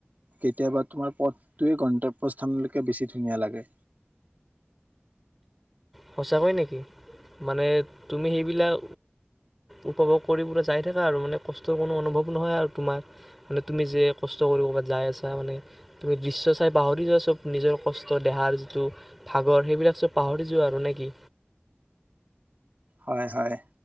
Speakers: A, on the right; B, in the centre.
A: কেতিয়াবা তোমাৰ পথটোৱে গন্তব্যস্থানলৈকে বেছি ধুনীয়া লাগে।
B: সঁচাকৈ নেকি মানে তুমি সেইবিলাক উপভোগ কৰি পুৰা যায় থাকা আৰু মানে কষ্টৰ কোনো অনুভৱ নহয় আৰু তোমাৰ মানে তুমি যে কষ্ট কৰি ক'বাত যায় আছা, মানে তুমি দৃশ্য চাই পাহৰি যোৱা সব নিজৰ কষ্ট দেহাৰ যিটো ভাগৰ সেইবিলাক চব পাহৰি যোৱা। আৰু নেকি
A: হয়, হয়